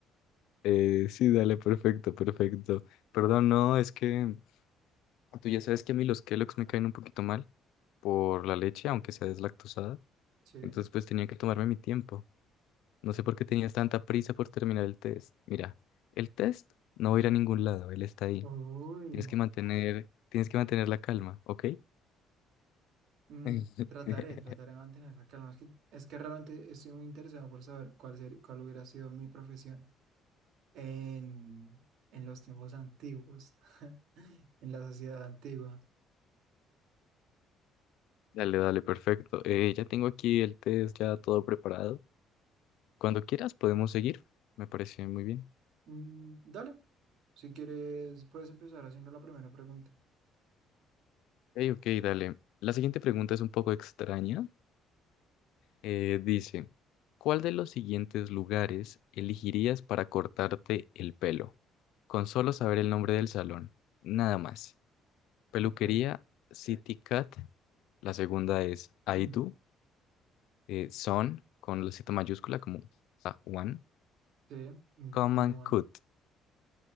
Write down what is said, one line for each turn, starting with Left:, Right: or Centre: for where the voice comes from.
Left: Eh, sí, dale, perfecto, perfecto. Perdón, no, es que tú ya sabes que a mí los Kellogg's me caen un poquito mal por la leche, aunque sea deslactosada.
Right: Sí.
Left: Entonces pues tenía que tomarme mi tiempo. No sé por qué tenías tanta prisa por terminar el test. Mira, el test no va a ir a ningún lado, él está ahí.
Right: Uy.
Left: Tienes que mantener, tienes que mantener la calma, ¿ok?
Right: Mm,
Left: <laughs>
Right: trataré, trataré de mantener la calma. Es que, es que realmente estoy muy interesado por saber cuál, ser- cuál hubiera sido mi profesión en, en los tiempos antiguos, <laughs> en la sociedad antigua.
Left: Dale, dale, perfecto. Eh, ya tengo aquí el test ya todo preparado. Cuando quieras podemos seguir. Me parece muy bien.
Right: Mm, dale, Si quieres, puedes empezar haciendo la primera pregunta.
Left: Hey, ok, dale. La siguiente pregunta es un poco extraña. Eh, dice, ¿cuál de los siguientes lugares elegirías para cortarte el pelo? Con solo saber el nombre del salón, nada más. Peluquería
Right: Ok. <clears throat>
Left: City Cat. La segunda es Aidu,
Right: Mm,
Left: eh, Son con la Z mayúscula como ah, One.
Right: Sí, mm,
Left: Come
Right: digo,
Left: and
Right: bueno.
Left: Cut.